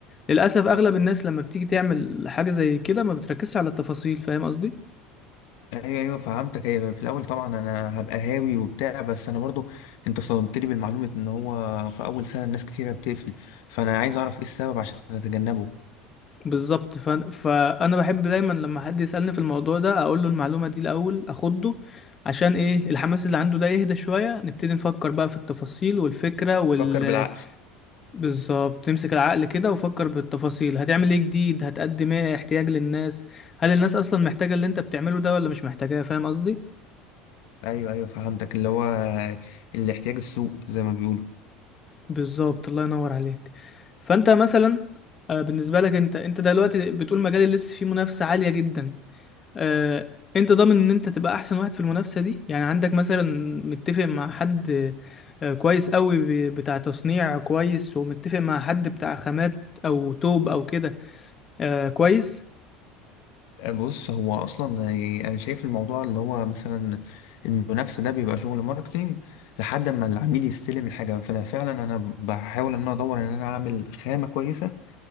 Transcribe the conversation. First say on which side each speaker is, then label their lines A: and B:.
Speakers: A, on the left; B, on the left.
A: للاسف اغلب الناس لما بتيجي تعمل حاجة زي كده ما بتركزش على التفاصيل فاهم قصدي
B: أيوة أيوة فهمتك أيوة في الأول طبعا أنا هبقى هاوي وبتاع بس أنا برضو أنت صدمتني بالمعلومة إن هو في أول سنة الناس كتيرة بتقفل فأنا عايز أعرف إيه السبب عشان أتجنبه
A: بالظبط فأنا, فانا بحب دايما لما حد يسالني في الموضوع ده اقول له المعلومه دي الاول اخده عشان ايه الحماس اللي عنده ده يهدى شويه نبتدي نفكر بقى في التفاصيل والفكره وال
B: فكر بالعقل
A: بالظبط تمسك العقل كده وفكر بالتفاصيل هتعمل ايه جديد هتقدم ايه احتياج للناس هل الناس اصلا محتاجه اللي انت بتعمله ده ولا مش محتاجاه فاهم قصدي
B: ايوه ايوه فهمتك اللي هو الاحتياج السوق زي ما بيقولوا
A: بالظبط الله ينور عليك فانت مثلا آه، بالنسبه لك انت انت دلوقتي بتقول مجال اللبس فيه منافسه عاليه جدا آه، انت ضامن ان انت تبقى احسن واحد في المنافسه دي يعني عندك مثلا متفق مع حد آه، كويس قوي ب- بتاع تصنيع كويس ومتفق مع حد بتاع خامات او توب او كده آه، كويس
B: آه، بص هو اصلا انا شايف الموضوع اللي هو مثلا المنافسه ده بيبقى شغل ماركتينج لحد ما العميل يستلم الحاجه فانا فعلا انا بحاول ان انا ادور ان انا اعمل خامه كويسه